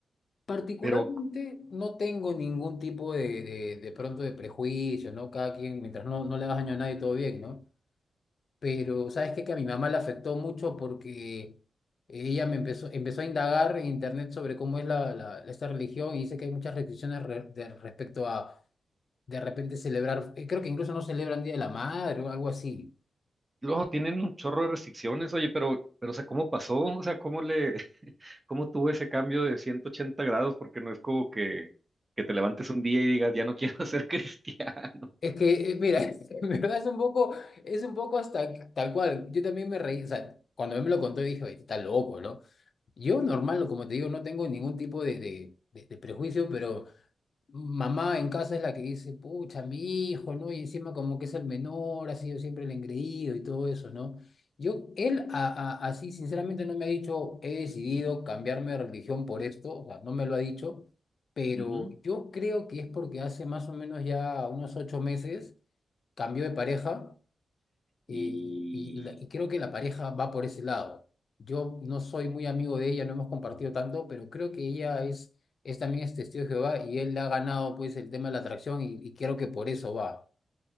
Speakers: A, on the left; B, on the right.
A: Particularmente
B: pero
A: no tengo ningún tipo de, de, de pronto de prejuicio, ¿no? Cada quien, mientras no, no le hagas daño a nadie, todo bien, ¿no? Pero, ¿sabes qué? Que a mi mamá le afectó mucho porque ella me empezó, empezó a indagar en internet sobre cómo es la, la- esta religión y dice que hay muchas restricciones re- de- respecto a, de repente, celebrar, eh, creo que incluso no celebran Día de la Madre o algo así.
B: luego tienen un chorro de restricciones, oye, pero, pero, o sea, ¿cómo pasó? O sea, ¿cómo le, <laughs> cómo tuvo ese cambio de 180 grados? Porque no es como que, que te levantes un día y digas, ya no quiero <laughs> ser cristiano.
A: Es que, eh, mira, <laughs> en verdad es un poco, es un poco hasta tal cual. Yo también me reí, o sea, cuando él me lo contó dije, oye, está loco, no Yo normal, como te digo, no tengo ningún tipo de, de, de- de prejuicio, pero mamá en casa es la que dice, pucha, mi hijo, ¿no? Y encima como que es el menor, ha sido siempre el engreído y todo eso, ¿no? Yo, él a- a- así sinceramente no me ha dicho, he decidido cambiarme de religión por esto, o sea, no me lo ha dicho, pero
B: Ujú.
A: yo creo que es porque hace más o menos ya unos ocho meses cambió de pareja eh,
B: Y
A: y, la- y creo que la pareja va por ese lado. Yo no soy muy amigo de ella, no hemos compartido tanto, pero creo que ella es, es también es testigo de Jehová y él ha ganado pues el tema de la atracción y, y creo que por eso va.